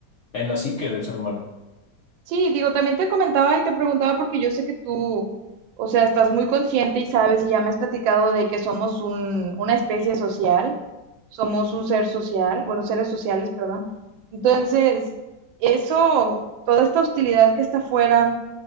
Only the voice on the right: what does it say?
Sí, digo, también te comentaba y te preguntaba porque yo sé que tú, o sea, estás muy consciente y sabes y ya me has platicado de que somos un, una especie social, somos un ser social, bueno, seres sociales, perdón. Entonces, eso, toda esta hostilidad que está afuera,